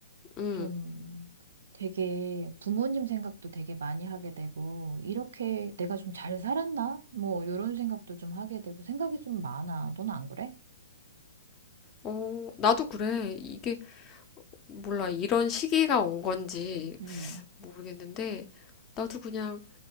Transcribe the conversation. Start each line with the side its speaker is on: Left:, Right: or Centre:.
Left: 응.
Right: 좀 되게 부모님 생각도 되게 많이 하게 되고 이렇게 내가 좀 잘 살았나? 뭐 이런 생각도 좀 하게 되고 생각이 좀 많아. 넌 안 그래?
Left: 어, 나도 그래. 이게, 몰라. 이런 시기가 온 건지
Right: 응,
Left: 모르겠는데, 나도 그냥,